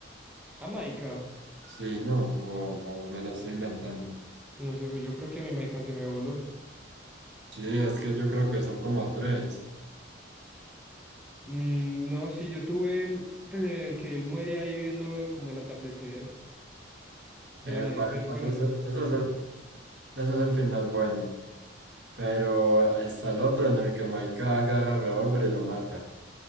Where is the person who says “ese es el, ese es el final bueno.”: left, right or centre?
Right